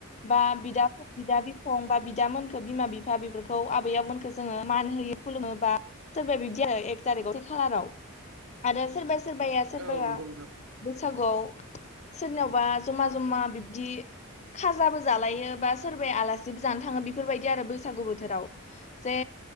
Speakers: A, on the left; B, on the right.
A: बा बिदा बिदा बिफं बा बिदामोनखो बिमा बिफा बेफोरखौ आबै आबमोनखौ जोङो मान होयो खुलुमोबा सोरबा बिदि आरो एक थारिखआव से खालाराव आरो सोरबा सोरबाया सोरबाया
B: औ नंगौ नोंथां
A: बैसागुआव सोरनावबा जमा जमा दि खाजाबो जालायो बा सोरबाया आलासिबो जानो थाङो बेफोरबायदि आरो बैसागु बोथोराव जे